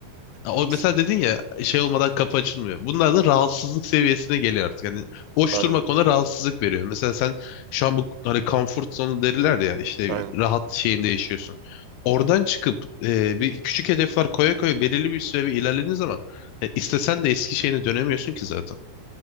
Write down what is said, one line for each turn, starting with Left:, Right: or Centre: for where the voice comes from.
Left: Ya O
Right: Büyük
Left: mesela
Right: sıkıntı.
Left: dedin ya şey olmadan kapı açılmıyor. Bunlar da rahatsızlık seviyesine geliyor artık. Yani boş
Right: Aynen.
Left: durmak ona rahatsızlık veriyor. Mesela sen şu an bu hani comfort zone derler ya işte
Right: Aynen.
Left: rahat şeyinde yaşıyorsun. Oradan çıkıp e, bir küçük hedefler koya koya belirli bir süre bir ilerlediğin zaman e, istesen de eski şeyine dönemiyorsun ki zaten.